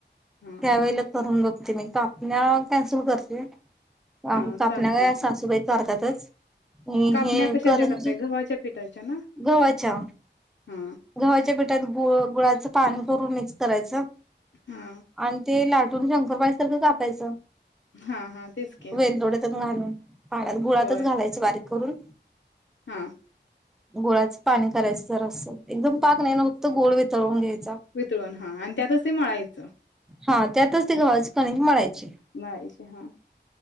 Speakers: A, on the left; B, in the centre.
A: हा
B: त्यावेेळेला तरून बघ <unintelligible> कापण्या कॅन्सल करते.
A: हा
B: अ कापल्या
A: चालते
B: का
A: की
B: सासूबाई करारतातच <unintelligible>
A: कापण्या
B: हे
A: कशाच्या
B: करंजी
A: करताय गव्हाच्या पिठाच्या ना
B: गव्हाच्या
A: हा
B: गव्हाच्या पिठात गु गुळाच पाणी कररून मिक्स करायचं.
A: हा
B: आणि ते लाट. कुठून शंकरबाईसारं कापायचं
A: हा हा तेच की.
B: वेलदोड्यातून घालून पाण्यात गुळातच
A: होय
B: घालायच बारीक, करून,
A: हा.
B: गोळाच पाणी करायचं जरासं एकदम पाक नाही ना फक्त गोळ वितळून घ्यायचा.
A: वितळून हा आणि त्यातच ते मळायचं.
B: हा त्यातच ते गव्हाचं कणिक मळायचे
A: मलायचे हामी